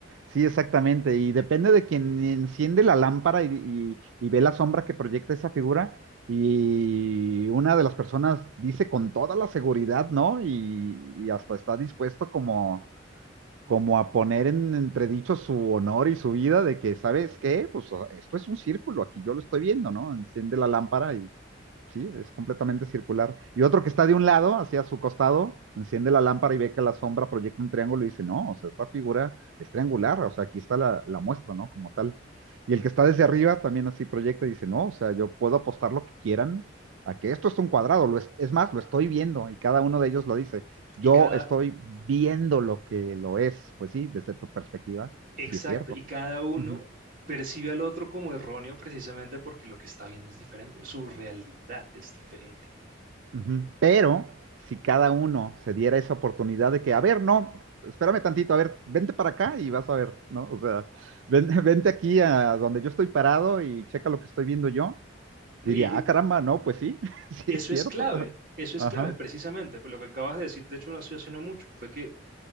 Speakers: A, on the right; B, on the right.
A: Sí, exactamente. Y depende de quien enciende la lámpara y, y- y ve la sombra que proyecta esa figura. Y una de las personas dice con toda la seguridad, ¿no? Y, y hasta está dispuesto como, como a poner en entredicho su honor y su vida de que, ¿sabes qué? Pues esto es un círculo, aquí yo lo estoy viendo, ¿no? Enciende la lámpara Sí, es completamente circular. Y otro que está de un lado, hacia su costado, enciende la lámpara y ve que la sombra proyecta un triángulo y dice, no, o sea, esta figura es triangular, o sea, aquí está la, la muestra, ¿no? Como tal. Y el que está desde arriba también así proyecta y dice, no, o sea, yo puedo apostar lo que quieran a que esto es un cuadrado, lo es, es, más, lo estoy viendo y cada uno de ellos lo dice, yo
B: Y cada,
A: estoy viendo lo que lo es, pues sí, desde tu perspectiva,
B: Exacto,
A: sí es cierto.
B: y cada uno
A: Uh -huh.
B: percibe al otro como erróneo precisamente porque lo que está viendo es diferente, su realidad es diferente,
A: Ujú. Pero si cada uno se diera esa oportunidad de que, a ver, no, espérame tantito, a ver, vente para acá y vas a ver, ¿no? O sea, ven- <laughs> vente aquí a donde yo estoy parado y checa lo que estoy viendo yo,
B: ¿no?
A: diría,
B: Y eh,
A: ah, caramba, no, pues sí, <laughs> sí
B: eso
A: es cierto.
B: es clave, eso es
A: Ajá,
B: clave precisamente, pero lo que acabas de decir, de hecho lo estoy haciendo mucho, fue que